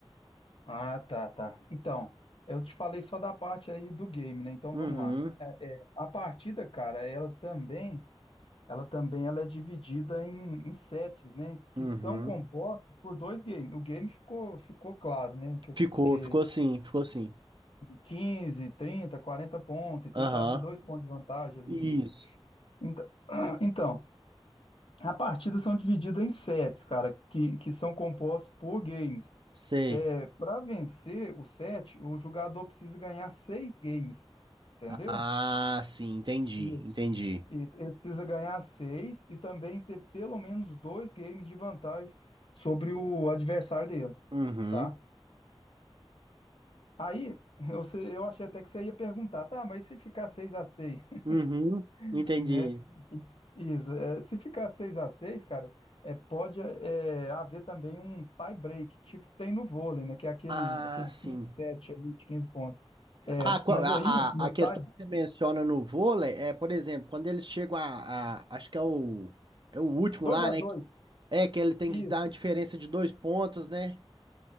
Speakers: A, on the left; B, on the right.
A: Ah, tá, tá. Então, eu te falei só da parte aí do game, né? Então
B: Uhum,
A: vamos lá. A partida, cara, ela também Ela também ela é dividida em, em sets, né? Que
B: uhum.
A: são compostos por dois games. O game ficou, ficou claro, né? Que eu te
B: Ficou,
A: expliquei
B: ficou
A: aí.
B: assim, ficou assim.
A: 15, 30, 40 pontos, e tem
B: Aham.
A: que abrir dois pontos de vantagem ali,
B: Isso.
A: isso. Então, <clears throat> então, a partida são divididas em sets, cara, que, que são compostos por games.
B: Sei.
A: É, para vencer o set, o jogador precisa ganhar seis games, entendeu?
B: Ah, sim, entendi,
A: Isso.
B: entendi.
A: Isso, ele precisa ganhar seis e também ter pelo menos dois games de vantagem sobre o adversário dele,
B: Uhum.
A: tá? Aí, você, eu achei até que você ia perguntar, tá, mas se ficar 6 a 6,
B: Uhum.
A: <laughs>
B: Entendi.
A: né? Isso, é, se ficar 6 a 6, cara, é, pode é, haver também um tie break, tipo tem no vôlei, né? Que é aquele,
B: Ah,
A: aquele
B: sim.
A: quinto set ali de 15 pontos. É,
B: Ah, qua-
A: mas
B: a,
A: aí, no
B: a, a questão
A: tie,
B: que você menciona no vôlei é, por exemplo, quando eles chegam a, a- acho que é o, é o último
A: dois
B: lá,
A: a
B: né?
A: 2,
B: que- É que ele tem
A: isso.
B: que dar uma diferença de dois pontos, né?